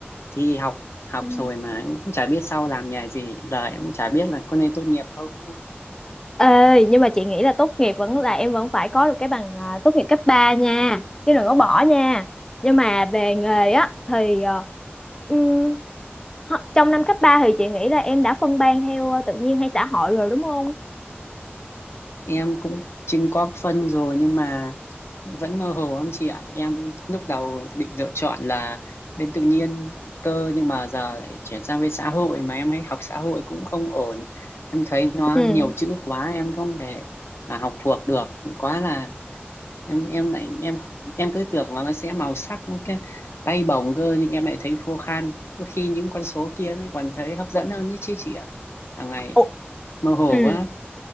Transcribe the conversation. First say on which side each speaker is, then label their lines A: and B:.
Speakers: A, on the left (about 75°); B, on the left (about 15°).
A: thi học học
B: Ừ.
A: rồi mà em cũng chả biết sau làm nghề gì. Giờ em cũng chả biết là có nên tốt nghiệp không.
B: Ê, nhưng mà chị nghĩ là tốt nghiệp vẫn là em vẫn phải có được cái bằng à, tốt nghiệp cấp 3 nha. Chứ đừng có bỏ nha. Nhưng mà về nghề á thì ờ, ừm, ho- trong năm cấp 3 thì chị nghĩ là em đã phân ban theo ờ, tự nhiên hay xã hội rồi đúng không?
A: em cũng chưng có phân rồi nhưng mà vẫn mơ hồ lắm chị ạ em lúc đầu định lựa chọn là bên tự nhiên cơ nhưng mà giờ lại chuyển sang bên xã hội mà em ấy học xã hội cũng không ổn em thấy nó
B: Ừ.
A: nhiều chữ quá em không thể mà học thuộc được quá là em em lại em em cứ tưởng là nó sẽ màu sắc nó cái bay bổng cơ nhưng em lại thấy khô khan có khi những con số kia nó còn thấy hấp dẫn hơn đấy chứ chị ạ hàng ngày
B: Ủa,
A: mơ hồ
B: Ừ.
A: quá